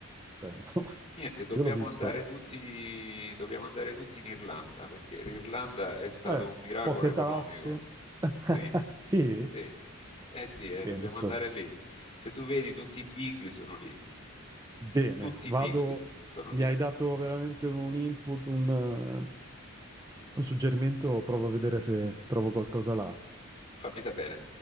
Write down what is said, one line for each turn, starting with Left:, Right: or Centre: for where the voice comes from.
Right: Cioè, <laughs> no.
Left: Niente, dobbiamo
Right: Io l'ho visto.
Left: andare tutti, dobbiamo andare tutti in Irlanda, perché l'Irlanda è stato
Right: Eh,
Left: un miracolo
Right: poche
Left: economico.
Right: tasse. <laughs>
Left: Sì,
Right: Sì,
Left: sì. Eh sì,
Right: ci
Left: eh,
Right: penso.
Left: dobbiamo andare lì. Se tu vedi, tutti i big sono lì.
Right: Bene,
Left: Tutti
Right: vado.
Left: i big sono
Right: Mi
Left: lì.
Right: hai dato veramente un input, un, eh, un suggerimento. Provo a vedere se trovo qualcosa là.
Left: Fammi sapere.